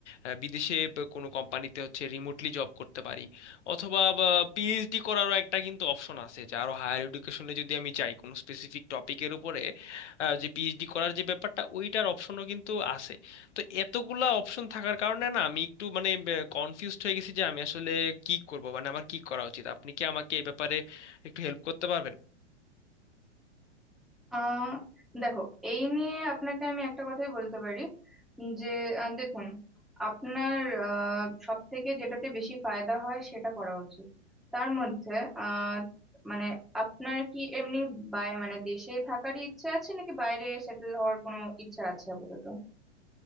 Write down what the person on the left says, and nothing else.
আহ, বিদেশে ব- কোনো কোম্পানিতে হচ্ছে রিমোটলি জব করতে পারি অথবা পিএইচডি করারও একটা কিন্তু অপশন আছে যে আরো হায়ার এডুকেশনে যদি আমি চাই কোনো স্পেসিফিক টপিকের উপরে আহ, যে পিএইচডি করার যে ব্যাপারটা ওইটার অপশনও কিন্তু আছে তো এতগুলা অপশন থাকার কারণে না আমি একটু মানে কনফিউজড হয়ে গেছি যে আমি আসলে কি করব মানে আমার কি করা উচিত আপনি কি আমাকে এই ব্যাপারে একটু হেল্প করতে পারবেন